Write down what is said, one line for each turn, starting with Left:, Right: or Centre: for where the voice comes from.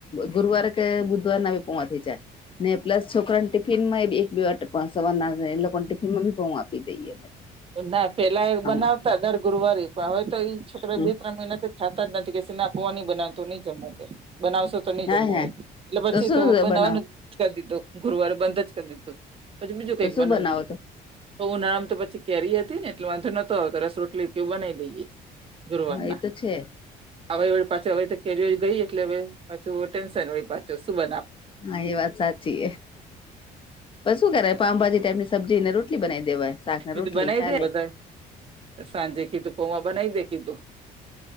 Left: ગુરુવાર કે બુધવાર ના આવી પોવા થઈ જાય ને પ્લસ છોકરાને ટિફિન માં એક બે સવાર ના એ લોકોને ટિફિનમાં બી બઉું આપી દઈએ
Right: ના પેલા એક
Left: આમાં
Right: બનાવતા દર ગુરુવારી પણ હવે તો છોકરા
Left: હમ
Right: બે ત્ર મહિના ખાતા જ નથી કે સને પવાની બનાવતો નહી જમું કે બનાવશો તો નહી
Left: હા
Right: જમવું
Left: હા
Right: એ એટલે પછી
Left: શું
Right: તો બનાવવાનું
Left: બનાવો
Right: કરી દો ગુરુવારે બંધ જ કરી દો પછી બીજું કઈક
Left: તો શું
Right: બનાવીએ
Left: બનાવો તો
Right: તો ઉનાળામ તો પછી કેરી હતી ને એટલે વાંધો નતો આવતો રસ રોટલી કે બનાવી દઈએ ગુરવારના
Left: હા એ તો છે
Right: હવે પાછો હવે કેરી ગઈ એટલે હવે પાછું ટેન્શન હોળી પાછો શું બનાવે
Left: હા એ વાત સાચી છે પછ શું કરેય પામભાજી ટાઈપની સબજી નેોટલી બનાવી દેવાય શાક ને
Right: કીધું
Left: રોટલી
Right: બનાવી
Left: ચાલે
Right: દે બધા સાંજે કીધું પોમા બનાવી દે કીધું